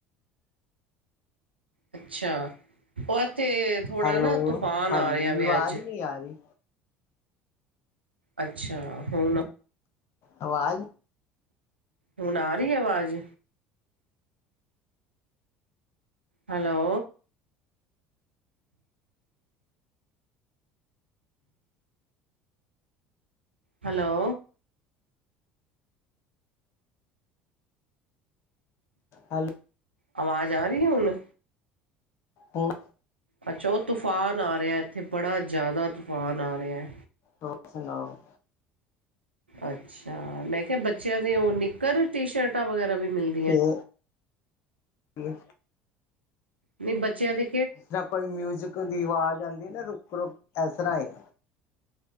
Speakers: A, on the right; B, on the left.
A: ਅੱਛਾ ਉਹ ਇੱਥੇ ਥੋੜ੍ਹਾ
B: ਹੈਲੋ,
A: ਨਾ ਤੂਫਾਨ
B: ਹਾਂਜੀ
A: ਆ ਰਿਹਾ
B: ਆਵਾਜ਼
A: ਅੱਜ।
B: ਆ ਰਹੀ।
A: ਅੱਛਾ ਹੁਣ।
B: ਆਵਾਜ਼।
A: ਹੁਣ ਆ ਰਹੀ ਆਵਾਜ਼? ਹੈਲੋ। ਹੈਲੋ।
B: ਹੈਲੋ
A: ਆਵਾਜ਼ ਆ ਰਹੀ ਏ ਹੁਣ?
B: ਹੋਰ?
A: ਅੱਛਾ ਉਹ ਤੂਫਾਨ ਆ ਰਿਹਾ ਇੱਥੇ ਬੜਾ ਜਿਆਦਾ ਤੂਫਾਨ ਆ ਰਿਹਾ।
B: ਹੋਰ ਸੁਣਾਓ?
A: ਅੱਛਾ, ਮੈਂ ਕਿਹਾ ਬੱਚਿਆਂ ਦੀ ਉਹ ਨਿੱਕਰ ਟੀ ਸ਼ਰਟਾਂ ਵਗੈਰਾ ਵੀ ਮਿਲ।
B: ਤੇ ਹੋਰ।
A: ਨਹੀਂ ਬੱਚਿਆਂ ਦੀ।
B: ਜਿਸ ਤਰ੍ਹਾਂ ਆਪਾ ਕੋਈ ਮਿਊਜਿਕ ਦੀ ਆਵਾਜ਼ ਆਉਂਦੀ ਨਾ ਰੁਕ ਰੁਕ ਇਸ ਤਰ੍ਹਾਂ ਏ।